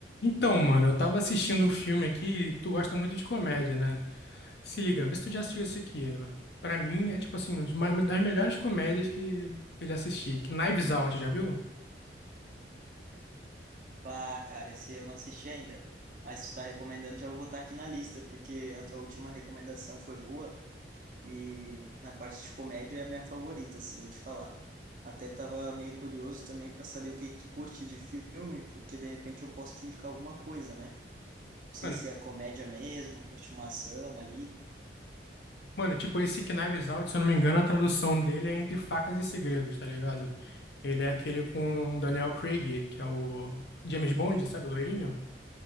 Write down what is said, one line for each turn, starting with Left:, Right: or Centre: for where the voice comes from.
Left: Então, mano, eu tava assistindo um filme aqui, e tu gosta muito de comédia, né? Se liga, vê se tu já assistiu esse aqui. ó. Pra mim é tipo assim, uma dos ma- das melhores comédias que, que eu já assisti. Knives Out, já viu?
Right: Ah, cara, esse eu não assisti ainda. Mas se tá recomendando, já vou botar aqui na lista, porque a tua última recomendação foi boa e na parte de comédia é a minha favorita, assim, vou te falar. Até tava meio curioso também para saber o que tu curte de filme, porque de repente eu posso te indicar alguma coisa, né? Não sei
Left: Mano,
Right: se é comédia mesmo, curte uma ação ali.
Left: mano, tipo, esse Knives Out, se eu não me engano, a tradução dele é Entre Facas e Segredos, tá ligado? Ele é aquele com o Daniel Craig, que é o James Bond, sabe, o loirinho?